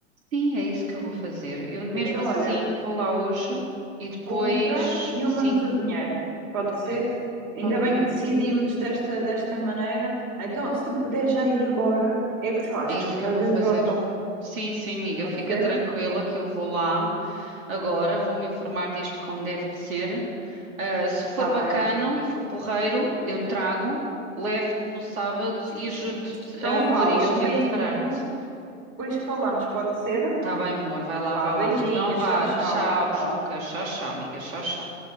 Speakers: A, on the right (about 75°); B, on the right (about 35°).
A: Sim, é isso que eu vou fazer. Eu mesmo
B: Então,
A: assim
B: olha,
A: vou lá hoje e depois,
B: compra e eu
A: sim,
B: mando-te o dinheiro, pode ser?
A: bem,
B: Ainda
A: pode, amiga.
B: bem que decidimos desta, desta maneira, então se puder já ir agora, é que sei lá, estas
A: É isso
B: coisas
A: que eu vou
B: às vezes
A: fazer.
B: esgotam,
A: Sim, sim, amiga,
B: pode
A: fica
B: ser?
A: tranquila que eu vou lá agora, vou me informar disto como deve de ser Ah, se for
B: Tá
A: bacano
B: bem,
A: e for porreiro, eu trago, levo-te no sábado
B: sim,
A: e ajudo-te
B: sim. Então
A: a
B: vá,
A: pôr isto
B: olha, um beijinho,
A: e a preparar-te.
B: depois falamos, pode ser?
A: Tá bem, amor, vai lá,
B: Vá,
A: vai
B: beijinho,
A: lá. Então vá,
B: Tchau, tchau.
A: tchau, bejuca,
B: Tchau.
A: tchau, tchau, amiga, tchau, tchau.